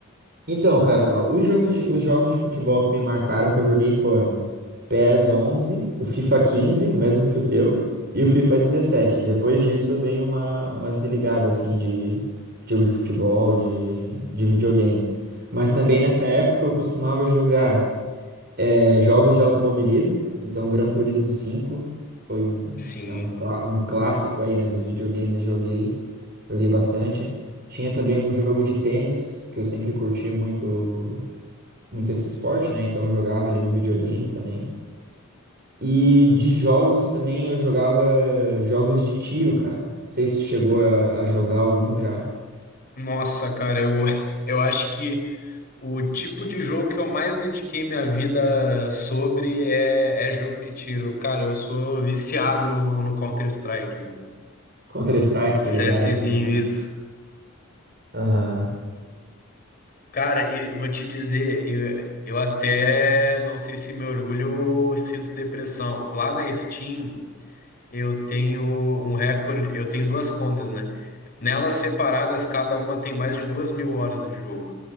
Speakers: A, on the right; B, on the left.
A: Então, cara, ó, os jogos de, os jogos de futebol que me marcaram que eu joguei foram PES onze o FIFA quinze o mesmo que o teu, e o FIFA dezessete Depois disso, eu dei uma, uma desligada, assim, de jogo de futebol, de, de videogame. Mas também nessa época eu costumava jogar. É, jogos de automobilismo, então Gran Turismo cinco foi um,
B: Sim.
A: é um, clá- um clássico aí, né, dos videogames, joguei, joguei bastante. Tinha também um jogo de tênis, que eu sempre curti muito, muito esse esporte, né, então eu jogava ali no videogame também. E de jogos também eu jogava jogos de tiro, cara. Não sei se tu chegou a, a jogar algum já.
B: Nossa, cara, eu, <laughs> eu acho que O tipo de jogo que eu mais dediquei minha vida sobre é, é jogo de tiro. Cara, eu sou viciado no, no Counter-Strike, meu.
A: Counter-Strike, tá
B: CSzinho,
A: ligado, tá ligado?
B: isso.
A: Aham.
B: Cara, e eu vou te dizer, eu, eu até não sei se me orgulho ou sinto depressão. Lá na Steam, eu tenho um recorde, eu tenho duas contas, né? Nelas separadas, cada uma tem mais de duas mil horas de jogo.